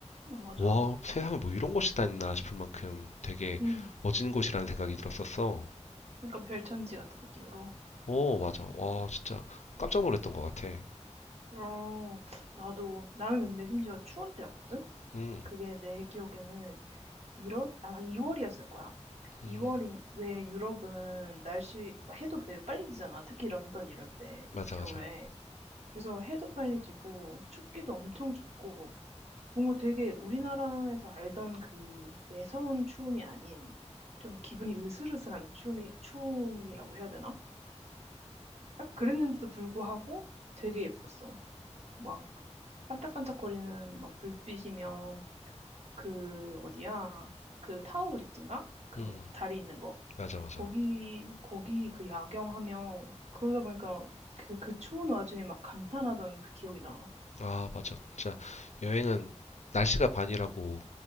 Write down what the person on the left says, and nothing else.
와, 세상에 뭐 이런 곳이 다 있나 싶을 만큼 되게
멋진 곳이라는 생각이 들었었어.
어, 맞아. 와, 진짜 깜짝 놀랐던 것 같아.
음,
음,
맞아,
맞아.
음,
맞아, 맞아.
아, 맞아. 진짜 여행은 날씨가 반이라고